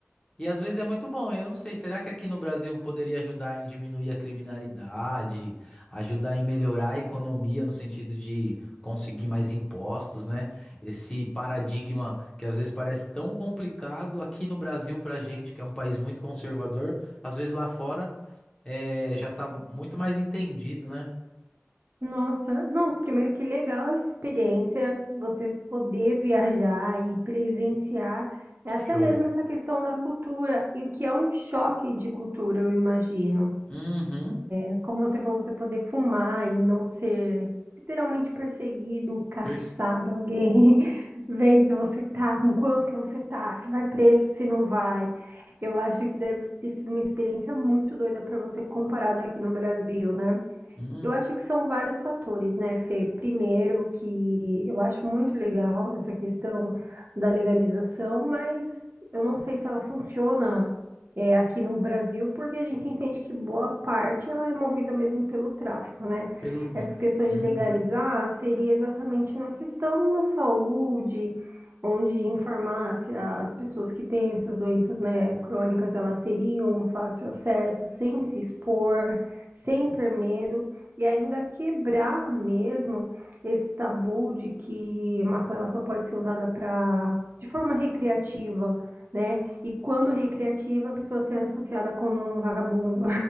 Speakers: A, on the left; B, on the right.
A: E às vezes é muito bom. Eu não sei, será que aqui no Brasil poderia ajudar em diminuir a criminalidade, ajudar em melhorar a economia no sentido de conseguir mais impostos, né? Esse paradigma que às vezes parece tão complicado aqui no Brasil pra gente, que é um país muito conservador, às vezes lá fora é, já tá muito mais entendido, né?
B: Nossa, não, primeiro que legal essa experiência, você poder viajar e presenciar, é
A: Show.
B: até mesmo essa questão da cultura, e o que é um choque de cultura, eu imagino.
A: Uhum.
B: É, como você falou, você poder fumar e não ser literalmente perseguido, caçado,
A: Pers-
B: alguém <laughs> vendo se você tá, com quanto que você tá, se vai preso, se não vai. Eu acho que deve ter sido uma experiência muito doida para você comparado aqui no Brasil, né?
A: Uhum.
B: Eu acho que são vários fatores, né, Fê? Primeiro, que eu acho muito legal essa questão da legalização, mas eu não sei se ela funciona, é, aqui no Brasil, porque a gente entende que boa parte ela é movida mesmo pelo tráfico, né?
A: pelo... hum,
B: Essas questões de legalizar
A: Uhum.
B: seria exatamente na questão da saúde, onde em farmácia as pessoas que têm essas doenças, né, crônicas, elas teriam fácil acesso, sem se expor, sem ter medo. E ainda quebrar mesmo esse tabu de que maconha ela só pode ser usada para de forma recreativa, né? E quando recreativa, a pessoa ser associada como um vagabundo,